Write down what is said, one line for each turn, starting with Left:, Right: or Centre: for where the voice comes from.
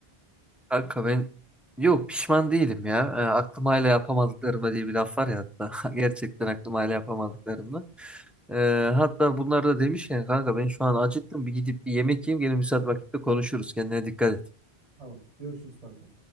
Centre: Kanka ben yok pişman değilim ya. E, aklım hala yapamadıklarımda diye bir laf var ya hatta. <laughs> Gerçekten
Right: Evet.
Centre: aklım hala yapamadıklarımda. E, hatta bunlar da demişken kanka ben şu an acıktım. Bir gidip bir yemek yiyeyim. Gene müsait vakitte konuşuruz. Kendine dikkat et.
Right: Tamam. Görüşürüz kanka.